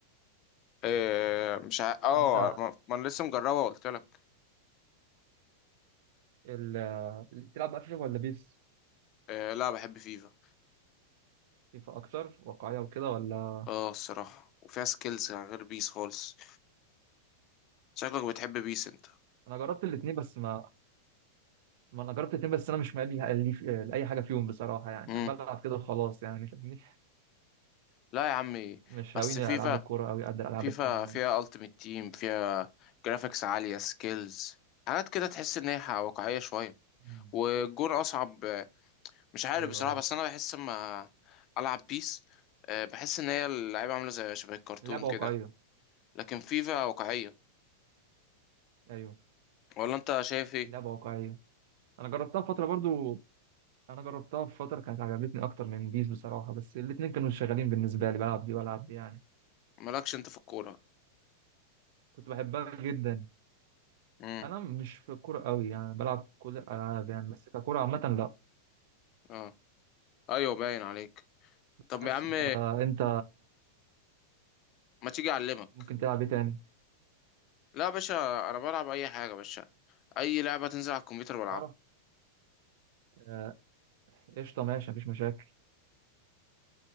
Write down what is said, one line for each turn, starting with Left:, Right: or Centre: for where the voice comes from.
Left: آه مش ع... اه
Right: انت
Left: ما ما انا لسه مجربها قلت لك
Right: ال- اللي بتلعب بقى فيفا ولا بيس
Left: آه لا بحب فيفا
Right: فيفا اكتر واقعيه وكده ولا
Left: اه الصراحه وفيها سكيلز غير بيس خالص شكلك بتحب بيس انت
Right: انا جربت الاثنين بس ما ما انا جربت الاثنين بس انا مش مالي لي لاي حاجه فيهم بصراحه يعني
Left: مم.
Right: انا بلعب كده خلاص يعني فاهمني
Left: لا يا عمي
Right: مش
Left: بس
Right: هاويني
Left: فيفا
Right: العاب الكوره قوي قد الالعاب
Left: فيفا
Right: التانيه يعني
Left: فيها التيمت تيم فيها جرافيكس عاليه سكيلز حاجات كده تحس ان هي حق- واقعيه شويه
Right: مم.
Left: والجون اصعب آه، مش عارف
Right: ايوه
Left: بصراحه
Right: ايوه
Left: بس انا بحس اما العب بيس آه بحس ان هي اللعيبه عامله زي شبه الكرتون
Right: اللعبه
Left: كده
Right: واقعيه
Left: لكن فيفا واقعيه
Right: ايوه
Left: ولا انت شايف ايه
Right: اللعبه واقعيه انا جربتها فتره برضو انا جربتها في فتره كانت عجبتني اكتر من بيس بصراحه بس الاثنين كانوا شغالين بالنسبه لي بلعب دي والعب دي يعني
Left: مالكش انت في الكوره
Right: كنت بحبها جدا
Left: امم
Right: انا مش في الكوره قوي يعني بلعب كل الالعاب يعني بس ككوره عامه لا
Left: اه ايوه باين عليك طب
Right: بس
Left: يا عم
Right: فانت
Left: ما تيجي اعلمك
Right: ممكن تلعب ايه تاني
Left: لا يا باشا انا بلعب اي حاجه يا باشا اي لعبه تنزل على الكمبيوتر بلعبها
Right: تعرف آه، قشطه ماشي مفيش مشاكل